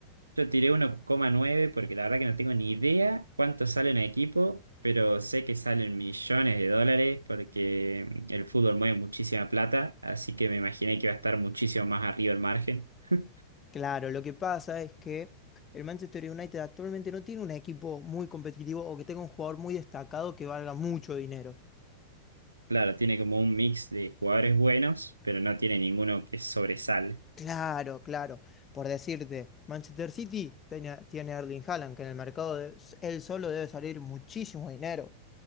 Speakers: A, on the right; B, on the left.
A: Yo tiré 1,9 porque la verdad que no tengo ni idea cuánto sale un equipo, pero sé que salen millones de dólares porque mm, el fútbol mueve muchísima plata, así que me imaginé que iba a estar muchísimo más arriba el margen. <laughs>
B: Claro, lo que pasa es que el Manchester United actualmente no tiene un equipo muy competitivo o que tenga un jugador muy destacado que valga mucho dinero.
A: Claro, tiene como un mix de jugadores buenos, pero no tiene ninguno que sobresale.
B: Claro, claro. Por decirte, Manchester City tiene, tiene a Erling Haaland, que en el mercado de- él solo debe salir muchísimo dinero.